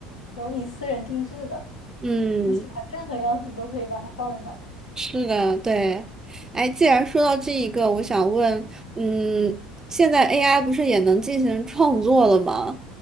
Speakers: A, on the left; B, on the right.
A: 由你私人定制的，
B: 嗯，
A: 你喜欢任何样子都可以把它放在那儿。
B: 是的，对。哎，既然说到这一个，我想问，嗯，现在 AI 不是也能进行创作了吗？